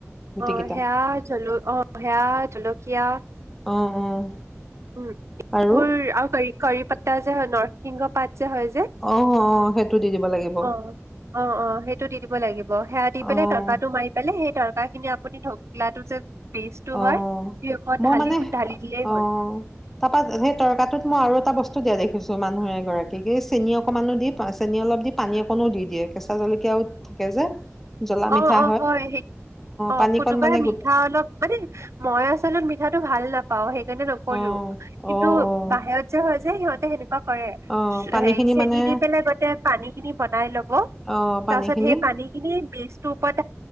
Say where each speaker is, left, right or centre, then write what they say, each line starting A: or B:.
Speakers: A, in the centre; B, on the right.
A: গুটিকেইটা
B: অ' হেয়া জল। অ' সেয়া জলকীয়া।
A: অ' অ'।
B: উম এইবোৰ
A: আৰু
B: আৰু কৰি কৰি পাত্তা যে নৰ। সিংহ পাত। যে হয় যে।
A: অ', অ', সেইটো দি দিব লাগিব
B: অ' অ' অ' সেইটো দি দিব লাগিব সেয়া দি পেলাই
A: অ',
B: তৰ্কাটো মাৰি পেলাই সেই ত। কা খিনি আপুনি ঢকলাটো যে। পেষ্টটো
A: অ'
B: হয় সেই ওপৰত
A: মই
B: ঢালি
A: মানে
B: ঢালি দিলেই
A: অ'
B: হ'ল
A: তাৰপা সেই তৰ্কাটোত
B: উম,
A: মই আৰু এটা বস্তু- টো দিয়া দেখিছো মানুহ এগৰাকীক এই চেনি অকনমানো দি চেনি অলপ দি পানী অকনো দি দিয়ে কেঁচা জলকীয়াও থাকে যে। জ্বলা মিঠা
B: অ' অ' হয় সেই অ'
A: পানীকণ
B: কোনোবাই
A: মানে গোট
B: মিঠা অলপ মানে মই আচলত মিঠাটো। ভাল নাপাও সেই। তেনে নকৰিলো।
A: অ',
B: কিন্তু
A: অ', অ',
B: বাহিৰত যে হয় যে সিহঁত তে সেইটোত কৰে
A: অ', পানীখিনি
B: হেৰি চেনি
A: মানে
B: দি পেলাই গোটেই পানী খিনি বন- বনাই ল'ব
A: অ', পানীখিনি
B: তাৰ পাছত সেই পানী খিনিত বীজ তোপত